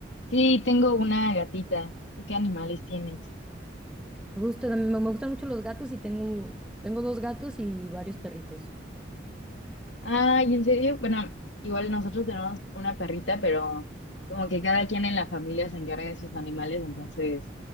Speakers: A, on the left (about 85°); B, in the centre.
A: Sí, tengo una gatita. ¿Tú qué animales tienes?
B: Me gusta, me, me gustan mucho los gatos y tengo, tengo dos gatos y varios perritos.
A: Ay, ¿en serio? Bueno, igual nosotros tenemos una perrita, pero como que cada quien en la familia se encarga de sus animales, entonces,